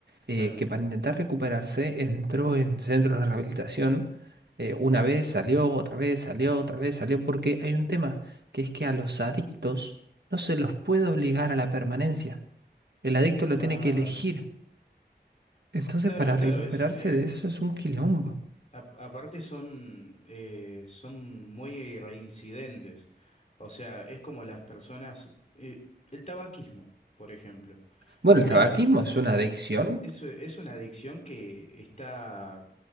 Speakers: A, on the right; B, on the left.
A: eh,
B: claro,
A: que para intentar recuperarse entró en centros de rehabilitación, eh, una vez salió, otra vez salió, otra vez salió, porque hay un tema, que es que a los adictos no se los puede obligar a la permanencia, el adicto lo
B: claro.
A: tiene que elegir, entonces
B: Claro,
A: para
B: claro,
A: recuperarse
B: es... eh,
A: de eso es un quilombo.
B: a- aparte son, eh, son muy reincidentes. O sea, es como las personas... eh, el tabaquismo, por ejemplo.
A: Bueno, el
B: Eh,
A: tabaquismo
B: eh,
A: es una adicción
B: es es una adicción que está...